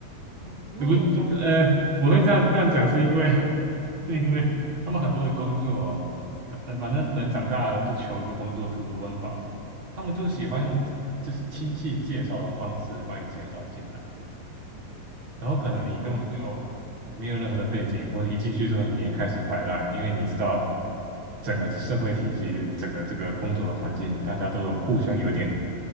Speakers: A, on the right; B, on the right.
A: 哦，那你有加入他们吗？
B: 不，不呃，我会这样这样讲是因为 <laughs> 是因为他们很多的工作哦呃反正人长大了就求一个工作，图个温饱，他们就喜欢用就是亲戚介绍的方式把你介绍进来。然后可能你根本就没有任何的背景，
A: 哦，
B: 或者一进去之后你也开始摆烂，因为你知道整个社会体系，就是整个这个工作的环境，大家都有互相有点